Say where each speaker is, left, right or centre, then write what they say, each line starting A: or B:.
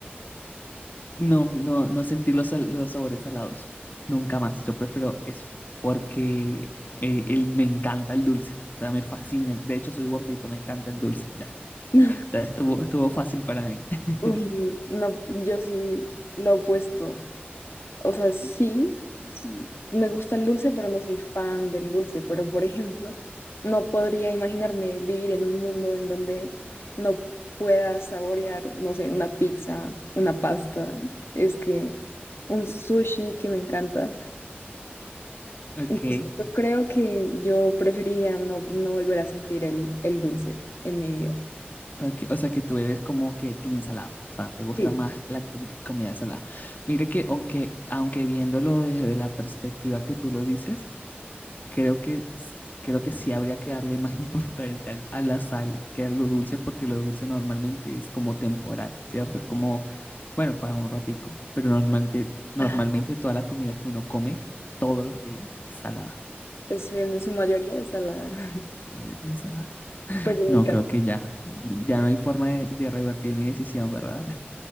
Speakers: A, on the left; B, on the left.
A: No, no, no sentir los, sal- los sabores salados, nunca más. Yo prefiero eso, porque eh, el- me encanta el dulce, o sea, me fascina. De hecho, soy gordito, me encanta el dulce, ya.
B: <laughs>
A: O sea, estuvo, estuvo fácil para mí. <laughs>
B: Uy, no, yo sí lo opuesto. O sea, sí, sí, me gusta el dulce, pero no soy fan del dulce. Pero, por ejemplo, no podría imaginarme vivir en un mundo en donde no pueda saborear, no sé, una pizza, una pasta, es que un sushi que me encanta.
A: Ok,
B: Entonces, yo creo que yo preferiría no, no volver a sentir el, el dulce en mi vida.
A: Ok, O sea que tú eres como que team salado, o sea, te gusta
B: Sí,
A: más la co- comida salada. Mire que aunque, aunque viéndolo desde la perspectiva que tú lo dices, creo que, s- creo que sí habría que darle más <laughs> importancia al- a la sal que a lo dulce, porque lo dulce normalmente es como temporal, ¿cierto? Es como, bueno, para un ratico, pero normalmente, normalmente
B: Ajá.
A: toda la comida que uno come todos los días es salada,
B: es en su mayoría es a la... <laughs>
A: su mayoría es salada.
B: Pues en mi
A: No,
B: caso.
A: creo que ya, ya no hay forma de de revertir mi decisión, ¿verdad?